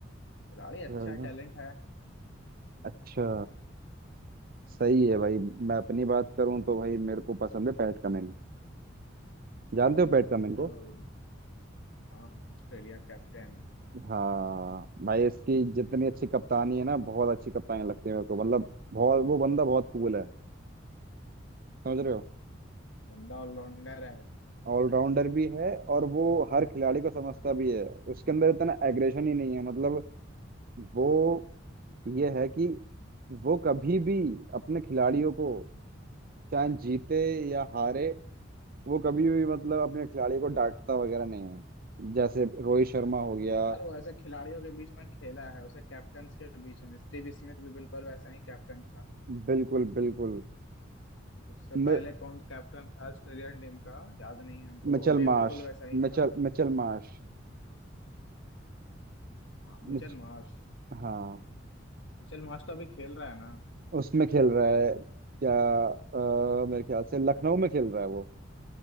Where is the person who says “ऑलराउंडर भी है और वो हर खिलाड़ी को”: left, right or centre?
Right